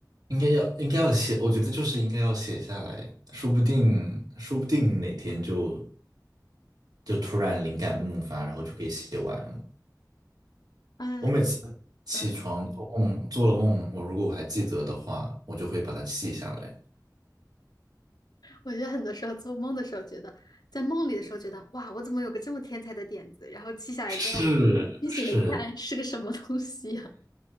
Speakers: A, on the right (about 65°); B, on the left (about 70°).
A: 应该要应该要写，我觉得就是应该要写下来，说不定说不定哪天就就突然灵感迸发，然后就可以写完了。
B: 嗯
A: 我每次起床做梦做了梦，
B: 嗯，
A: 我如果我还记得的话，我就会把它记下来。
B: 我觉得很多时候做梦的时候，觉得在梦里的时候觉得，哇，我怎么有个这么天才的点子，然后记下来之后，
A: 是是，
B: 清醒了一看，是个什么东西呀、